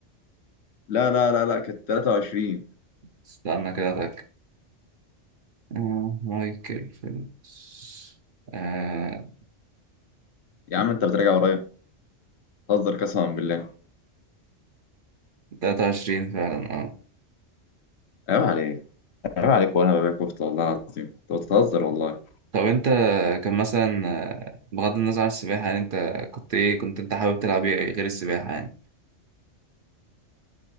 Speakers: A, on the left; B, on the right.
A: لا لا لا لا كانت 23
B: استنى كده أتأكد آه مايكل فيلبس آه
A: يا عم انت بتراجع ورايا بتهزر قسما بالله
B: 23 فعلا أه
A: عيب عليك عيب عليك وانا ببيع كفته والله العظيم انت بتهزر والله
B: طب أنت كان مثلا آه، بغض النظر عن السباحة يعني أنت كنت إيه كنت أنت حابب تلعب إيه غير السباحة يعني؟